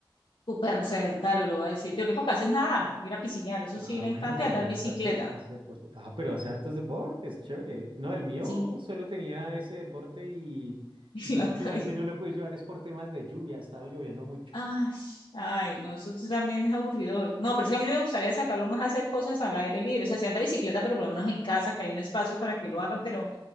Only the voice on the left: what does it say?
súper sedentario, lo voy a decir. Yo lo único que hace es nadar, ir a piscinear, eso
sí le
encanta,
y andar
bicicleta.
Sí,
<laughs>
la
está
ahí.
Ay, ay, no, eso sí también es aburridor. No, pero es que a mí me gustaría sacarlo más a hacer cosas al aire libre. O sea, si anda bicicleta, pero por lo menos en casa, que hay un espacio para que lo haga, pero,